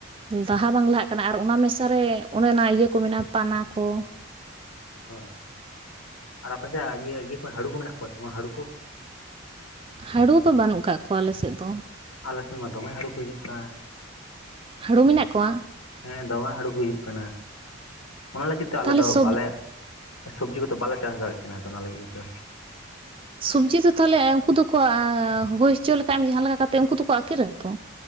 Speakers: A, on the right; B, on the left.
A: ᱞᱟᱦᱟ ᱵᱟᱝ ᱞᱟᱦᱟᱜ ᱠᱟᱱᱟ ᱟᱨ ᱚᱱᱟ ᱢᱮᱥᱟᱨᱮ ᱚᱱᱮ ᱚᱱᱟ ᱤᱭᱟᱹ ᱠᱚ ᱢᱮᱱᱟᱜᱼᱟ ᱯᱟᱱᱟ ᱠᱚ
B: ᱚ ᱟᱨ ᱟᱯᱮ ᱥᱮᱫ ᱤᱭᱟᱹ ᱤᱭᱟᱹ ᱠᱚ ᱦᱟᱹᱲᱩ ᱠᱚ ᱢᱮᱱᱟᱜ ᱠᱚᱣᱟ ᱥᱮ ᱵᱟᱝ ᱦᱟᱹᱲᱩ ᱠᱚ
A: ᱦᱟᱹᱲᱩ ᱫᱚ ᱵᱟᱹᱱᱩᱜ ᱠᱟᱜ ᱠᱚᱣᱟ ᱟᱞ ᱥᱮᱫ ᱫᱚ᱾
B: ᱟᱞᱮ ᱥᱮᱱ ᱢᱟ ᱫᱚᱢᱮ ᱦᱟᱹᱬᱩ ᱠᱚ ᱦᱤᱡᱩᱜ ᱠᱟᱱ᱾
A: ᱦᱟᱬᱩ ᱢᱮᱱᱟᱜ ᱠᱚᱣᱟ
B: ᱦᱮᱸ ᱫᱚᱢᱮ ᱦᱩᱲᱩ ᱠᱚ ᱦᱤᱡᱩᱜ ᱠᱟᱱᱟ ᱚᱱᱟ ᱞᱟᱹᱜᱤᱫ ᱛᱮ ᱟᱞᱮ
A: ᱛᱟᱦᱚᱞᱮ
B: ᱫᱚ
A: ᱥᱚᱵ
B: ᱵᱟᱞᱮ ᱥᱚᱵᱽᱡᱤ ᱠᱚᱫᱚ ᱵᱟᱞᱮ ᱪᱟᱥ ᱫᱟᱲᱮᱭᱟᱜ ᱠᱟᱱᱟ ᱚᱱᱟ ᱞᱟᱹᱜᱤᱫ ᱛᱚ᱾
A: ᱥᱚᱵᱽᱡᱤ ᱫᱚ ᱛᱟᱦᱚᱞᱮ ᱩᱱᱠᱩ ᱫᱚᱠᱚ ᱦᱩᱭ ᱦᱚᱪᱚ ᱞᱮᱠᱷᱟᱱ ᱡᱟᱦᱟᱸ ᱞᱮᱠᱟ ᱠᱟᱛᱮᱫ ᱩᱱᱠᱩ ᱫᱚᱠᱚ ᱟᱹᱠᱤᱨᱟ ᱫᱚ?